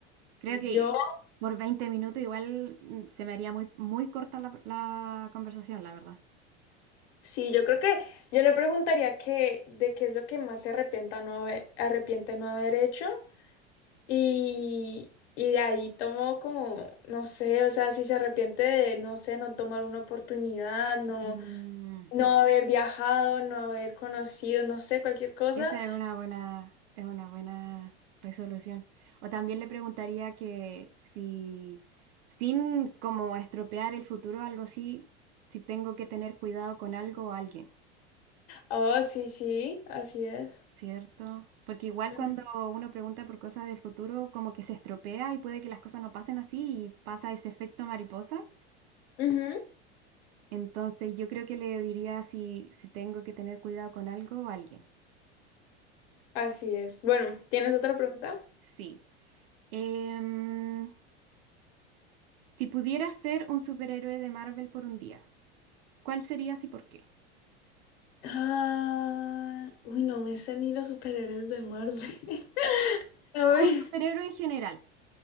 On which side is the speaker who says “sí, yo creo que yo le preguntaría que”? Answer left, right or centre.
Left